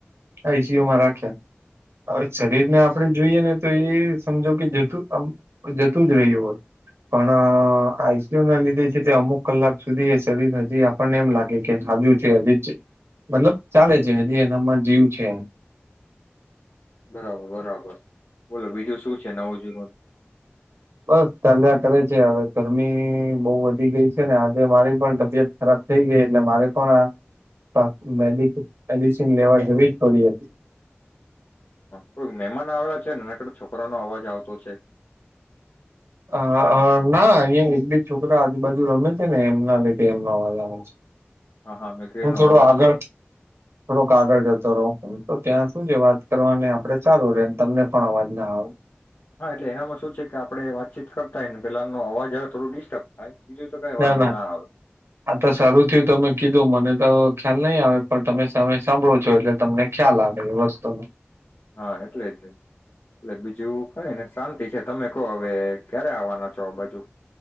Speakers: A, on the right (about 90°); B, on the left (about 65°).
A: આઈસીયુમાં રાખ્યા હવે શરીર ને આપડે જોઈએ ને તો એ. સમજો કે જતું આમ જતું જ રહ્યું હોય પણ આઈસીયુ ના લીધે છે તે અમુક કલાક સુધી એ શરીર હજી આપણને એમ લાગે કે હાજુ છે હજી મતલબ ચાલે છે હજી એનામાં જીવ છે.
B: બરાબર બરાબર. બોલો બીજું શું છે નવું જૂનું.
A: બસ ચાલ્યા કરે છે હવે ગરમી બહુ વધી ગઈ છે ને આજે મારી પણ તબિયત ખરાબ થઈ ગઈ એટલે મારે પણ આ મેડિસિન લેવા જવી જ પડી હતી.
B: કોઈ મહેમાન આવેલા છે ને ન છોકરાનો અવાજ આવતો છે.
A: અ ના અહિયાં એક બેજ છોકરા આજુ બાાજુ રમે છે ને એમના લીધે એમ નો અવાજ આવે છે.
B: હા હા મેકડીનો
A: હું થોડો
B: અવાજ
A: આગળ થોડોક આગળ જતો રહું હ તો ત્યાં સુું છે વાત કરવાને આપડે ચાલુ રેને તમને પણ અવાજ ના આવ
B: હા એટલે એનામાં શું છે કે આપડણે વાતચીત કરતાય ને પેલા ન અવાજ થોડું ડિસ્ટર્બ થાય બીજું તો કઈ
A: ના
B: વાંધો
A: ના
B: આવે
A: આતા સારું થયું તમે કીધું મને તો ખ્યાલ નહીં આવે પણ તમેમે સાંભળો છો એટલે તમને ખ્યાલ આવે એ વસ્તુનો
B: હા એટલે જ એટલે બીજું કઈ ને શાંતિ છે તમે કહો હવે ક્યારે આવવાના છો બાજુ